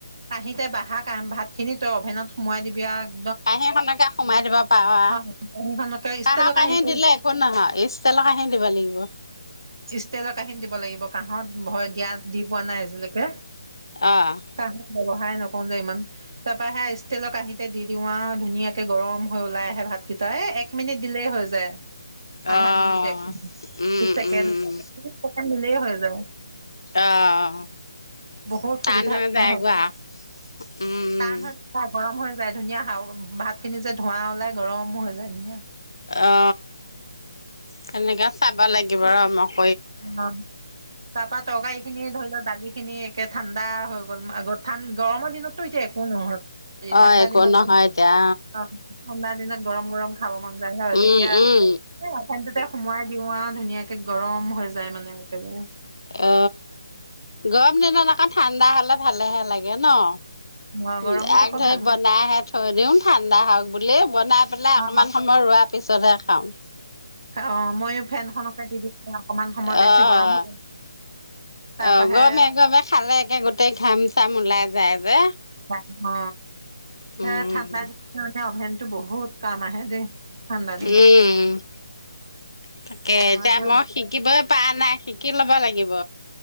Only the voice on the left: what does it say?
কাঁহীখনকে সোমাই দিব পাৰ আও।
কাঁহৰ
কাঁহী দিলে একো নহয় ইষ্টিলৰ কাঁহী দিব লাগিব।
অ',
অ',
উম,
উম,
অ',
টান
হৈ যায়গৈ
আৰু উম।
অ! তেনেকে চাব লাগিব ৰ মোক।
অ',
একো
নহয়
এতিয়া
উম,
উম,
অ গৰম দিনত আকৌ ঠাণ্ডা হলে ভালেহে লাগে ন।
উম
আগ
ধৰি
বনাইহে থৈ দিও ঠাণ্ডা হওক বুলি বনাই পেলাই অকমান
সময় ৰোৱাৰ পিছতহে খাওঁ
অ',
অ
গৰমে গৰমে খালে একে গোটেই ঘাম চাম ওলাই যায় যে।
উম,
উম
তাকে
এতিয়া
মই শিকিবই পৰা নাই শিকি লব লাগিব।